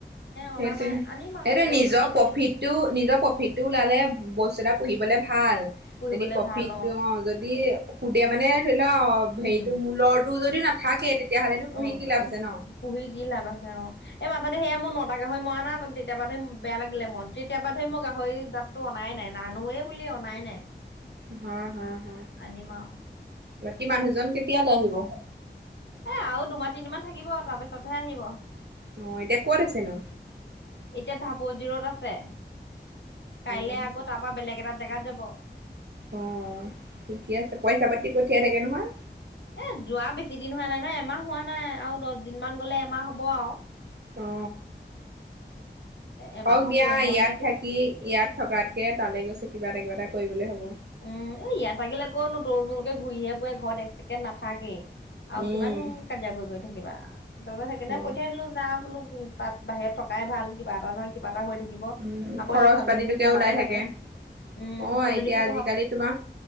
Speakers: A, on the left; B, on the right.
A: অনা
B: সেইটোয়ে
A: নাই আনিম আৰু
B: সেইটো
A: এই
B: নিজৰ
A: খেতি
B: প্ৰফিটটো
A: চেতি
B: নিজৰ প্ৰফিটটো ওলালে বস্তুএটা পুহিবলৈ ভাল।
A: পুহিবলে
B: যদি প্ৰফিত
A: ভাল
B: অ যদি সুধে মানে ধৰি লোৱা
A: উম।
B: হেৰিটো মূলৰটো যদি ন থাকে। তেতিয়াহ'লেনো পুহি
A: অ
B: কি লাভ আছে
A: পুহি কি লাভ আছে? অ এই মাততে সেয়া মোৰ ন টা গাহৰি মৰানা জ তেতিয়াবা ধৰি বেয়া লাগিলে মন তেতিয়াবা ধৰি মই গাহৰি জাততটো অনাই নাই নানোৱেই বুলি অনাই নাই
B: হ হ হ
A: আনিম আৰু
B: বাকী মানুহজন কেত তেতিয়ালৈ আহিব?
A: এ আৰু দুমাহ তিনিমান থাকিব তাৰপিছতহে আহিব।
B: অ এতিয়া ক'ত আছে নো?
A: এতিয়া ঢাপ জিৰত আছে। কাইলৈ
B: অ
A: আকৌ তাৰপা বেলেগ এটা জেগাত যাব। ব
B: অ ঠিকে আছে পইচা পাতি পঠিয়াই থাকে নহয়।
A: এ যোৱা বেছি দিন হোৱা নাই ন এমাহ হোৱা নাই আৰু দহ দিন মান গলে এমাহ হ'ব আৰু।
B: অ।
A: এমাহৰ
B: হওক দিয়া
A: মূৰে মূৰেহে
B: ইয়াত
A: দিয়ে।
B: থাকি ইয়াত থকাতকে তালে গৈছে কিবা এটা কিবা এটা কৰিবলৈ হ'ব
A: উম এ ইয়াত থাকিলে কনো তল তলকে ঘূৰিহে ফুৰে ঘৰত এক চেকেণ্ড নাথাকেই আৰু
B: উম,
A: কিমান কাজিয়া কৰি কৰি থাকিবা তাৰছত সেইকাৰণে
B: হয়।
A: পঠিয়াই দিলো যা বোলো উ তাত বাহিৰত থকাই ভাল কিবা এটা নহয় কিবা হৈ থাকিব
B: উম,
A: আকৌ
B: খৰচ
A: এতিয়া ছালীজনীকো
B: পাতিটোকে
A: পঢ়াব
B: ওলাই
A: লাগে
B: থাকে
A: উম
B: অ'
A: ছালজনীকো
B: এতিয়া আজিকালি তোমাৰ